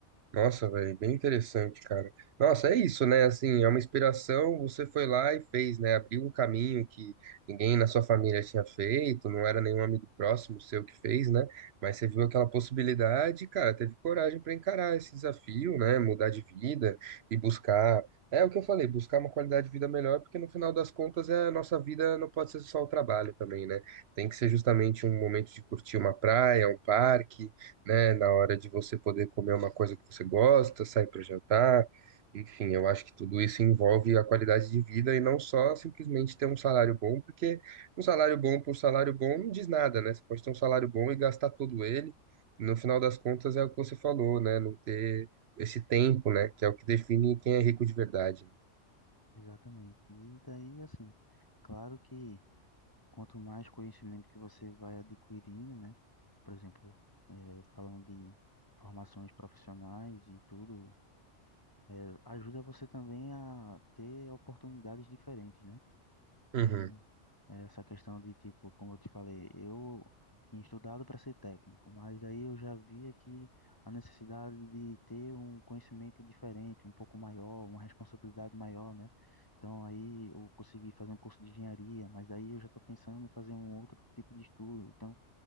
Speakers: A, on the right (about 65°); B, on the left (about 15°).
A: Nossa, velho, bem interessante, cara. Nossa, é isso, né? Assim, é uma inspiração. Você foi lá e fez, né? Abriu um caminho que ninguém na sua família tinha feito, não era nenhum amigo próximo seu que fez, né? Mas você viu aquela possibilidade, e, cara, teve coragem para encarar esse desafio, né? Mudar de vida e buscar. É o que eu falei, buscar uma qualidade de vida melhor, porque no final das contas é a nossa vida não pode ser só o trabalho também, né? Tem que ser justamente um momento de curtir uma praia, um parque né? Na hora de você poder comer uma coisa que você gosta, sair para jantar. Enfim, eu acho que tudo isso envolve a qualidade de vida e não só simplesmente ter um salário bom, porque um salário bom por salário bom não diz nada, né? Você pode ter um salário bom e gastar todo ele. No final das contas, é o que você falou, né? Não ter esse tempo, né? Que é o que define quem é rico de verdade. né?
B: Exatamente. E daí, assim, claro que quanto mais conhecimento que você vai adquirindo, né? Por exemplo, eh, falando de formações profissionais e tudo, eh, ajuda você também a ter oportunidades diferentes, né? Então,
A: Uhum,
B: É, Essa questão de, tipo, como eu te falei, eu tinha estudado para ser técnico, mas aí eu já via que a necessidade de ter um conhecimento diferente, um pouco maior, uma responsabilidade maior, né? Então aí eu consegui fazer um curso de engenharia, mas daí eu já estou pensando em fazer um outro tipo de estudo. Então